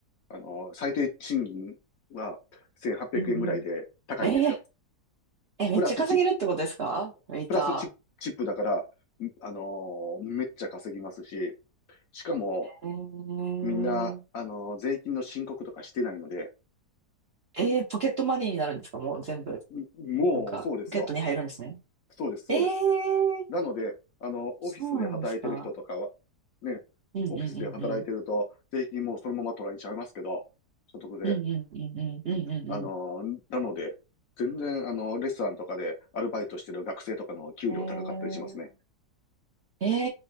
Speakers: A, on the left; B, on the right.
A: あの、最低賃金は1800円ぐらいで高いんですよ。
B: うんうん。えええ、めっちゃ稼げるってことですかウェイタ
A: プラスチップ、プラスチップ、チップだから、あのーめっちゃ稼ぎますし、しかも、
B: ー。えー、
A: みんな、あのー税金の申告とかしてないので、
B: えーポケットマネーになるんですかもう全部。
A: んもう、
B: なんか、
A: そうですよ。
B: ポケットに入るんですね。
A: そうです、そうです。
B: えー、
A: なので、あの、
B: そうなんですか
A: オフィスで働いてる人とかは、ね、
B: うんうんうんうん。
A: オフィスで働いてると、税金もうそのまま取られちゃいますけど、所得税。
B: うんうんうんうんうんうん
A: あのーなので、全然、あの、レストランとかでアルバイトしてる学生とかの方が給料高かったりしますね。
B: うん。えー、